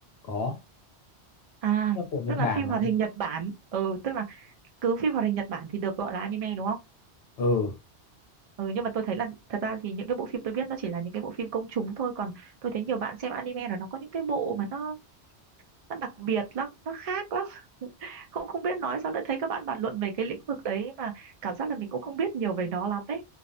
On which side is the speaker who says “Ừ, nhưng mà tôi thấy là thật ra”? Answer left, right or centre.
Right